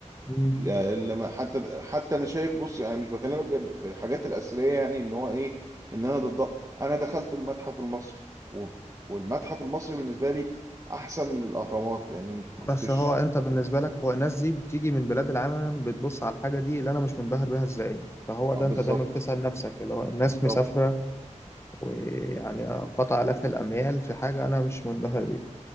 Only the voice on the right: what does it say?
لا- لما حتى حتى انا شايف بص يعني مش بكلمك جد في الحاجات الاثريه يعني ان هو ايه ان انا ضدها انا دخلت المتحف المصري و- والمتحف المصري بالنسبه لي احسن من الاهرامات لان ما كنتش
آه،
بالظبط
بالظبط